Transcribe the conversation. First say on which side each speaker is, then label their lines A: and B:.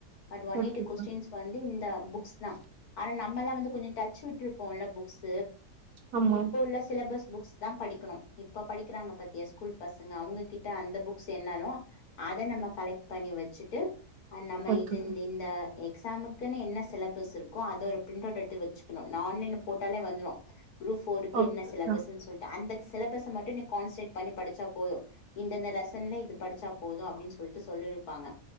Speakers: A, on the left; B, on the right.
A: பட்ஒன்
B: ஓகேக்கா
A: எய்ட்டி கொஸ்டின்ஸ் வந்து இந்த புக்ஸ் தான் ஆனா நம்மல்லாம் வந்து கொஞ்சம் டச்ச விட்ருப்போம்ல்ல புக்ஸ்
B: ஆமா
A: இப்ப உள்ள சிலாபஸ் புக்குஸ் தான் படிக்கணும் இப்ப படிக்கிறாங்க பாத்தியா ஸ் கூல் பசங்க அவங்ககிட்ட அந்த புக்ஸ் என்னாலும் அத நம்ம கலெக் பண்ணி வச்சுட்டு அ நம்ம
B: ஓகே
A: இது இந்த இந் இந்த எக்ஸாமுக்குன்னு என்ன சிலபஸ் இருக்கோ அத ஒரு பிரிண்ட்வுட் எடுத்து வச்சுக்கணும் ஆன்லைன்ல போட்டாலே வந்துரும் குரூப் ஃபோருக்கு
B: ஓகேக்கா
A: என்ன சிலபஸ்ன்னு சொல்லிட்டு அந்த சிலபஸ மட்டும் கான்ஸன்ட் பண்ணி படிச்சா போதும் இந்தந்த லெசன்ல இது படிச்சா போதும் அப்படின்னு சொல்லிட்டு சொல்லிருப்பாங்க